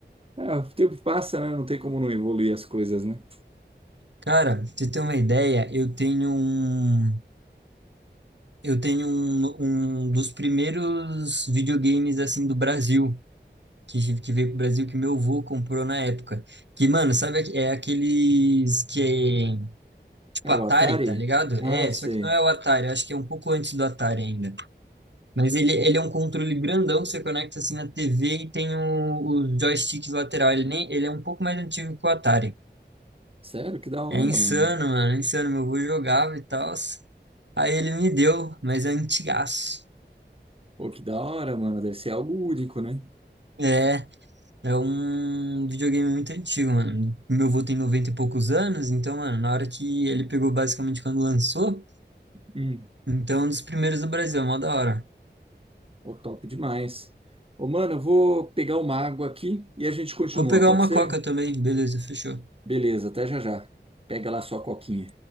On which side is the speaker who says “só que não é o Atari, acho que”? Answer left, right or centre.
Right